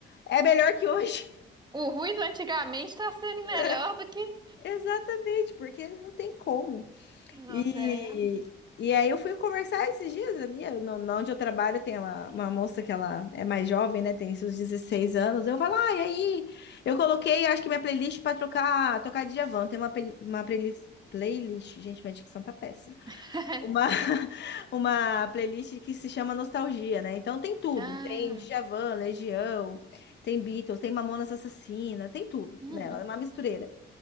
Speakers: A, on the left (about 60°); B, on the right (about 20°).
A: é melhor que hoje.
B: O ruído antigamente tá sendo
A: <laughs>
B: melhor do que.
A: Exatamente, porque não tem como.
B: Nossa,
A: E,
B: é realmente.
A: e aí eu fui conversar esses dias ali, eu- no, no onde eu trabalho tem uma, uma moça que ela é mais jovem, né, tem seus 16 anos, eu falo, ah, e aí? Eu coloquei, acho que minha playlist para trocar, tocar Djavan, tem uma, pel- uma playlist, playlist, gente, minha dicção tá péssima,
B: <laughs>
A: uma, <laughs> uma playlist que se chama Nostalgia, né, então tem tudo,
B: Ah.
A: tem Djavan, Legião, tem Beatles, tem Mamonas Assassina, tem tudo
B: uhum.
A: nela, é uma mistureira.